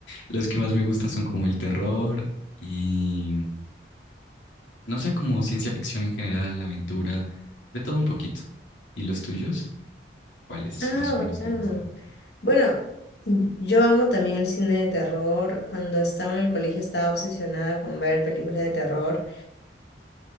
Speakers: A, on the left; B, on the left.
A: los que más me gustan son como el terror y, no sé, como ciencia ficción en general, aventura, de todo un poquito. ¿Y los tuyos? ¿Cuáles
B: Ah,
A: más o
B: bacán.
A: menos te gustan?
B: Bueno, yo amo también el cine de terror. Cuando estaba en el colegio estaba obsesionada con ver películas de terror.